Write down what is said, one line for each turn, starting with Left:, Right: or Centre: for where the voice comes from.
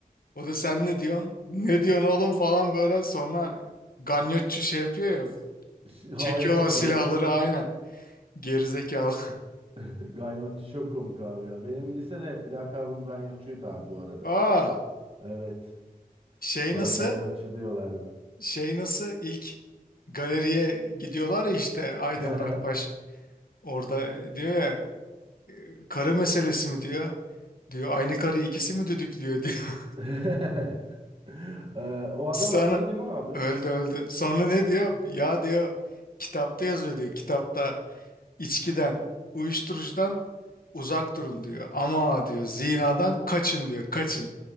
Left: O da sen ne diyorsun? Ne diyorsun oğlum falan böyle sonra ganyotçu şey yapıyor ya
Right: şu
Left: çekiyorlar
Right: Havaya sıkıyor.
Left: silahları aynen gerizekalı.
Right: <laughs> Ganyotçu çok komik abi ya. Benim lisede lakabım Ganyotçuydu abi bu arada.
Left: <laughs> Aa
Right: Evet.
Left: şey
Right: Bana
Left: nasıl?
Right: Ganyotçu diyorlardı.
Left: şey nasıl ilk galeriye gidiyorlar ya işte Aydem
Right: <laughs>
Left: Rakbaş orada diyor ya karı meselesi mi diyor. Diyor aynı karıyı ikisi mi düdüklüyor diyor. <laughs>
Right: <laughs> Ee, o adam
Left: Sonra
Right: öldü değil mi abi?
Left: öldü öldü. Sonra ne
Right: Ah.
Left: diyor? Ya diyor kitapta yazıyor diyor. Kitapta içkiden, uyuşturucudan uzak durun diyor. Ama diyor zinadan kaçın diyor. Kaçın.